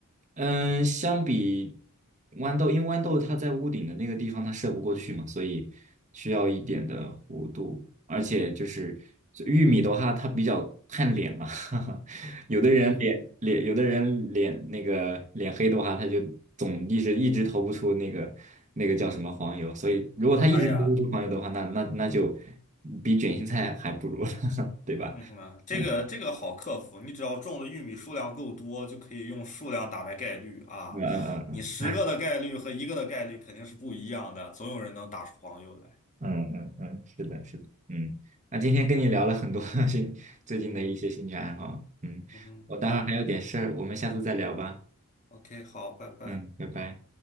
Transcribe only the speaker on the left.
嗯哼，
哎呀，
嗯哼啊，这个这个好克服，
你只要种的玉米数量够多，就可以用数量打败概率啊。
你十个的概率和一个的概率肯定是不一样的，总有人能打出黄油来。
嗯哼，
嗯哼，
好
，OK，好，拜拜。